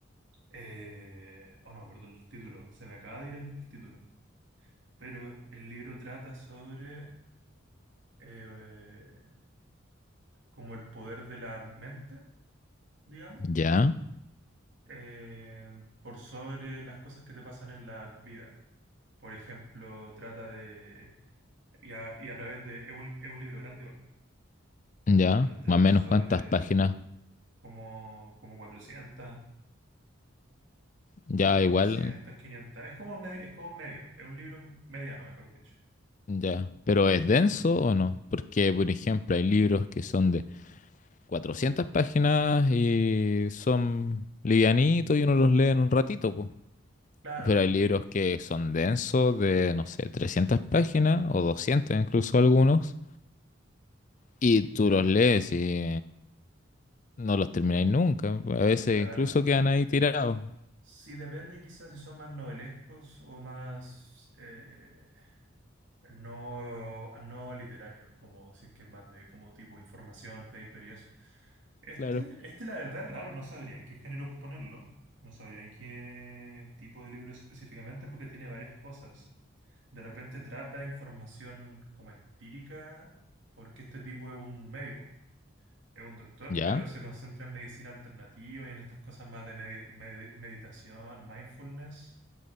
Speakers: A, on the right; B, on the left.
A: Eh, oh, no, me acuerdo el título, se me acaba de ir el título. Pero el libro trata sobre eh, como el poder de la mente, digamos,
B: Ya,
A: eh, por sobre las cosas que te pasan en la vida. Por ejemplo, trata de Y a, y a través de... Es un, es un libro grande igual,
B: ya,
A: pero trata
B: más o menos
A: sobre
B: cuántas páginas.
A: como, como cuatrocientas
B: Ya,
A: 400
B: igual,
A: quinientas Es como, me- es como medio, es un libro mediano, mejor dicho.
B: ya. Pero ¿es denso o no? Porque, por ejemplo, hay libros que son de 400 páginas y son livianitos y uno los lee en un ratito, pues.
A: Claro,
B: Pero hay libros que son densos de, no sé, 300 páginas o 200 incluso algunos. Y tú los lees y No los termináis nunca. A veces
A: claro.
B: incluso quedan ahí tirados.
A: Sí, depende quizás si son más novelescos o más eh, no, no literario, como si es que es más de como tipo información, paper y eso. Este,
B: Claro.
A: este la verdad es raro, no sabría en qué género ponerlo, no sabría en qué tipo de libro es específicamente porque tiene varias cosas. De repente trata información como empírica porque este tipo es un médico. Es un doctor,
B: Ya,
A: pero se concentra en medicina alternativa y en estas cosas más de medi- medi- meditación, mindfulness